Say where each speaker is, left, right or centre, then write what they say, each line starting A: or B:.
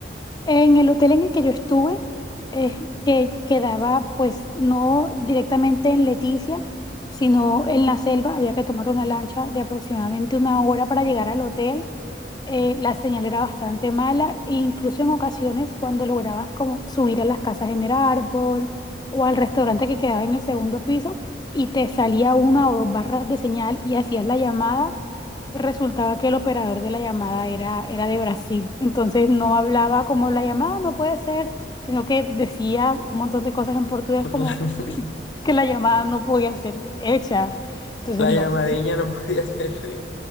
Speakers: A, on the left; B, on the left.
A: En el hotel en el que yo estuve, es que quedaba pues no directamente en Leticia, sino en la selva. Había que tomar una lancha de aproximadamente una hora para llegar al hotel eh, la señal era bastante mala e incluso en ocasiones cuando lograbas como subir a las casas en el árbol o al restaurante que quedaba en el segundo piso y te salía una o dos barras de señal y hacías la llamada, resultaba que el operador de la llamada era, era de Brasil. Entonces no hablaba como la llamada no puede ser, sino que decía un montón de cosas en portugués
B: <laughs>
A: como que la llamada no podía ser hecha. Entonces
B: La
A: no,
B: llamadilla no podía ser